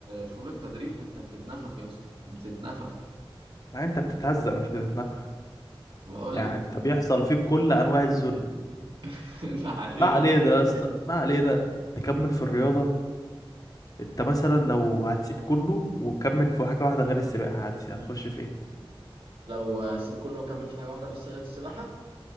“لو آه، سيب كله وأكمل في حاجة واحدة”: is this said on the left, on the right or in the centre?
Right